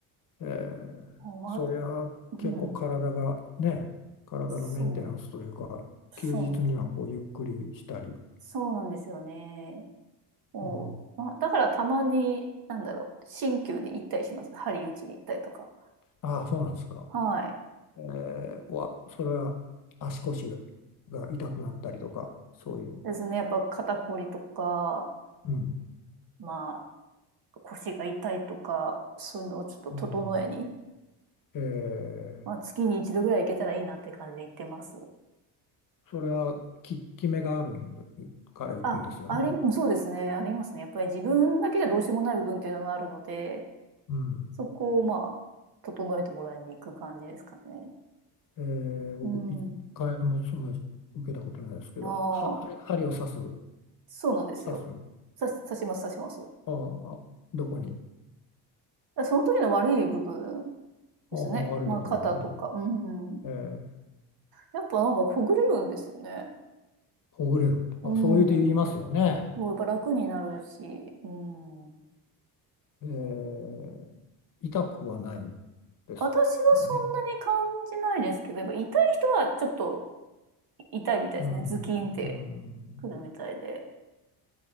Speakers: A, on the left; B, on the right.
A: えー
B: まあ、
A: そりゃ
B: うん、
A: 結構体がね、体のメンテナンスというか、
B: そう、そうなんですよね。
A: 休日にはこうゆっくりしたり、
B: そうなんですよね。もう、
A: うん、
B: まあ、だからたまに、なんだろう、鍼灸に行ったりします。針打ちに行ったりとか。
A: ああ、そうなんですか。
B: はい。
A: えー、こわそれは足腰が痛くなったりとか、そういう。
B: ですね。やっぱ肩こりとか、
A: うん。
B: まあ、腰が痛いとか、そういうのをちょっと整えに、
A: うんえー、
B: まあ、月に一度ぐらい行けたらいいなって感じで行ってます。
A: それは効き目があるんでから行くんですよね。
B: あ、あり、そうですね。ありますね。やっぱり自分だけじゃどうしようもない部分っていうのがあるので、
A: うん。
B: そこをまあ、整えてもらいに行く感じですかね。
A: えー、僕、
B: うん。
A: 一回もそんな受けたことないですけど、
B: あ
A: は、
B: あ、
A: 針針を刺す、
B: そうなんですよ。
A: 刺す、
B: 刺し、刺します、刺します。
A: ああ、どこに、
B: らその時の悪い部分ですね。
A: ああ、悪いところにね、
B: まあ、肩とか。うん。
A: えー、
B: やっぱなんかほぐれるんですよね。
A: ほぐれる、
B: うん。
A: あ、そういうて言いますよね。
B: もうやっぱ楽になるし。うん。
A: えー、痛くはないですかね。
B: 私はそんなに感じないですけど、やっぱ痛い人はちょっと痛いみたいですね。
A: うん、
B: ズキンって
A: うん、
B: くるみたいで。